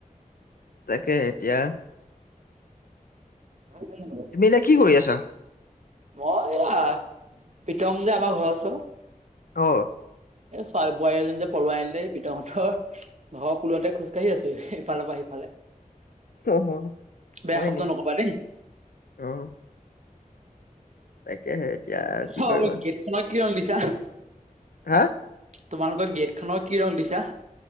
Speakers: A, on the left (about 90°); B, on the right (about 50°).
A: তাকে এতিয়া
B: হেল্ল'।
A: তুমি এতিয়া কি কৰি আছা।
B: মই অ', প্ৰিতম যে আমাৰ ঘৰৰ ওচৰত
A: অ'।
B: এ চোৱ বোৱাৰী এজনী যে পোলোৱাই আনিলে প্ৰিতম হতৰ ঘৰ পুলতে খোজকাঢ়ি আছো ইফালৰ পৰা সিফালে
A: অ
B: বেয়া
A: হয়
B: শব্দ
A: নি?
B: নকবা দেই।
A: অ'। তাকেহে এতিয়া কি
B: চাও
A: কৰিবা?
B: গেটখনক কি ৰং দিছা?
A: হা।
B: তোমালোকৰ গেট খনৰ কি ৰং দিছা।